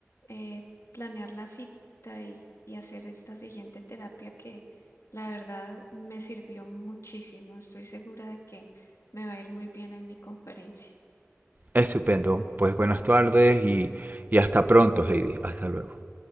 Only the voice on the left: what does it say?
eh, planear la cita y, y hacer esta siguiente terapia que la verdad me sirvió muchísimo. Estoy segura de que me va a ir muy bien en mi conferencia.